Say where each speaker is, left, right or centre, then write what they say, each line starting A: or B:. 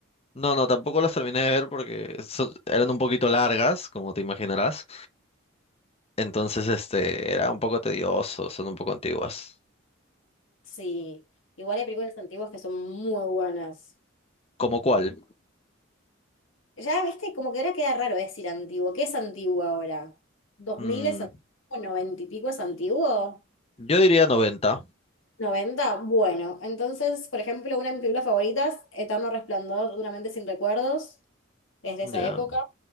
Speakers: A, on the left; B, on the left.
A: No, no, tampoco las terminé de ver porque son- eran un poquito largas, como te imaginarás. Entonces, este, era un poco tedioso, son un poco antiguas.
B: Sí, igual hay películas antiguas que son muy buenas.
A: ¿Cómo cuál?
B: Ya, viste, como que ahora queda raro decir antiguo. ¿Qué es antiguo ahora? Dos
A: Mm,
B: mil es antiguo? ¿90 y pico es antiguo?
A: yo diría 90.
B: noventa Bueno, entonces, por ejemplo, una de mis películas favoritas, Eterno Resplandor de una mente sin recuerdos, es de esa
A: Ya.
B: época.